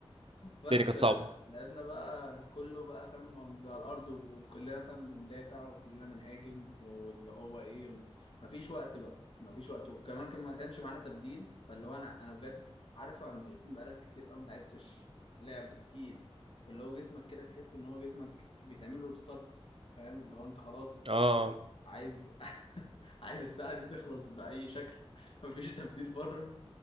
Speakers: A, on the left (about 60°); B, on the right (about 60°).
A: بس
B: كانت صعبه
A: لعبنا بقى كله بقى فاهم على الأرض وكلنا فاهم بندافع وكلنا بنهاجم واللي هو إيه مفيش وقت بقى مفيش وقت وكمان كان ما كانش معانا تبديل فاللي هو أنا أنا بجد عارفة لما يكون بقالك كتير قوي ما لعبتش لعب تقيل فاللي هو جسمك كده تحس إن هو جسمك بيتعمل له ريستارت فاهم اللي هو أنت خلاص
B: اه آه.
A: عايز <laughs> عايز الساعة دي تخلص بأي شكل مفيش تبديل بره